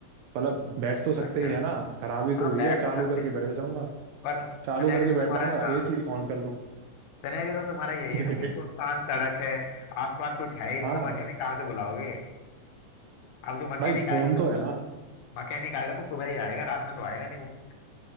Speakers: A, on the right; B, on the left.
A: मतलब
B: हम्म,
A: बैठ तो सकते
B: अच्छा
A: ही है ना खराबी तो
B: हाँ
A: हुई
B: बैठ
A: है चालू
B: तो सकते
A: करके
B: हैं
A: बैठ जाऊंगा
B: पर सिनेरियो
A: चालू करके बैठ
B: तुम्हारा
A: जाऊंगा
B: हाँ
A: एसी ऑन कर लूं
B: सिनेरियो तो तुम्हारा यही
A: <laughs>
B: है ना कि सुनसान सड़क है आसपास कुछ है ही नहीं
A: हाँ
B: तो मैकेनिक कहाँ से बुलाओगे अब जो मैकेनिक
A: भाई
B: आएगा
A: फोन
B: तो
A: तो
B: वो सु-
A: है ना
B: मैकेनिक आएगा तो सुबह ही आएगा रात में तो आएगा नहीं वो